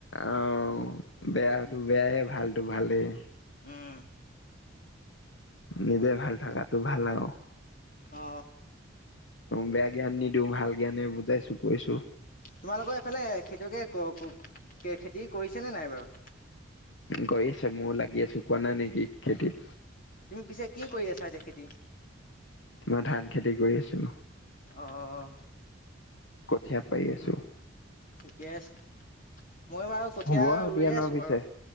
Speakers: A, on the left; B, on the left.
A: আহ বেয়াটো
B: উম
A: বেয়াই, ভালটো ভালেই।
B: উম।
A: নিজে ভাল থাকাটো ভাল আও।
B: অ।
A: বেয়া জ্ঞান নিদিওঁ। ভাল জ্ঞানে বুজাইছো, কৈছো।
B: তোমালোকৰ এইফালে খেতিয়কে খেতি কৰিছেনে নাই বাৰু?
A: গৈ আছে, মইও লাগি আছো। কোৱা নাই নেকি খেতিত?
B: তুমি পিছে কি কৰি আছা এতিয়া খেতি?
A: মই ধান খেতি কৰি আছোঁ।
B: অঁ।
A: কঠীয়া পাৰি আছো।
B: ঠিকে আছে। মই বাৰু কঠীয়া
A: হ'ব
B: ৰুয়ে
A: আৰু দিয়া ন
B: আছোঁ
A: পিছে
B: বাৰু।